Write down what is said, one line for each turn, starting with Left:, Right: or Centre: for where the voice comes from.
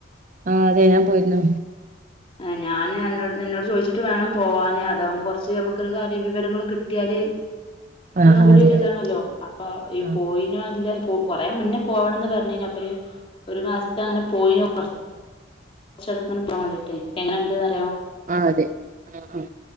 Right: ആഹ അതെ ഞാൻ പോയിരുന്നു
Left: ആ ഞാൻ അന്നോട് നിന്നോട് ചോദിച്ചിട്ട് വേണം പോവാന് അതാകുമ്പോ കൊറച്ച് നമുക്കൊരു കാര്യ വിവരങ്ങള് കിട്ടിയാല്
Right: ആഹ്
Left: ഒന്നും
Right: ആഹ്
Left: കൂടി
Right: അതെ
Left: ഒരു
Right: അതെ
Left: ഇതാണല്ലോ അപ്പൊ ഈ
Right: ആഹ്
Left: പോയിനോ അല്ലെ കൊ കൊറേ മുന്നേ പോവണന്ന് പറഞ്ഞിനി അപ്പഴ് ഒരു മാസത്തെ അങ്ങനെ പോയി <unintelligible> <unintelligible> എങ്ങനണ്ട് അ
Right: ആ അതെ ആ ആ